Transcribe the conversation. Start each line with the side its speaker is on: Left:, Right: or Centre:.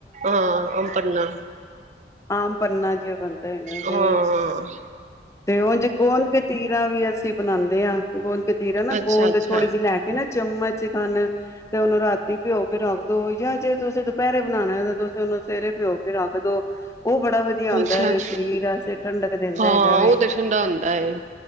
Right: ਹਾਂ ਅਮ ਭਰਨਾ
Left: ਆਮ ਪੰਨਾ ਜਿਹਾ ਬਣਦਾ ਹੈਗਾ
Right: ਹਾਂ।
Left: ਤੇ ਉਝ ਗੁਦ ਕਤੀਰਾ ਵੀ ਅਸੀਂ ਬਣਾਨੇ ਆ। ਗੁਦ ਕ ਤੇਰ ਨਾ
Right: ਅੱਛਾ
Left: ਗੁਦ
Right: ਅੱਛਾ
Left: ਥੋੜ੍ਹੀ ਜਿਹੀ ਲੈ ਕੇ ਨਾ ਚਮਚ ਖਾਨਦੇ ਤੇ ਉਹਨੂੰ ਰਾਤੀ ਭਿਓ ਕੇ ਰੱਖ ਦੋ ਜਾਂ ਜੇ ਤੁਸੀਂ ਦੁਪਹਿਰੇ ਬਣਾਣਾ ਤਾਂ ਤੁਸੀਂ ਉਹਨੂੰ ਸਵੇਰੇ ਭਿਓ ਕੇ ਰੱਖ ਦੋ ਉਹ ਬੜਾ ਵਧੀਆ ਹੁੰਦਾ
Right: ਅੱਛਾ
Left: ਹੈ
Right: ਅੱਛਾ,
Left: ਸਰੀਰ ਵਾਸਤੇ ਠੰਡਕ ਦਿੰਦਾ
Right: ਹਾਂ
Left: ਹੈਗਾ ਵੇ
Right: ਉਹ ਤਾਂ ਠੰਡਾ ਹੁੰਦਾ ਐ